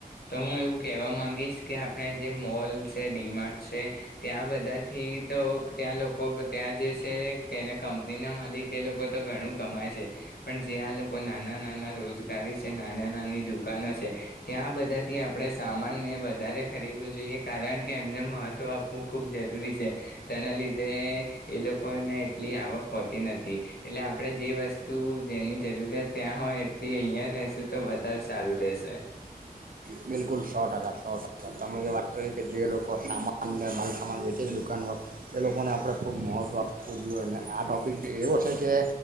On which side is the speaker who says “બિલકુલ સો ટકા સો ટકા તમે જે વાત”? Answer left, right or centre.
Right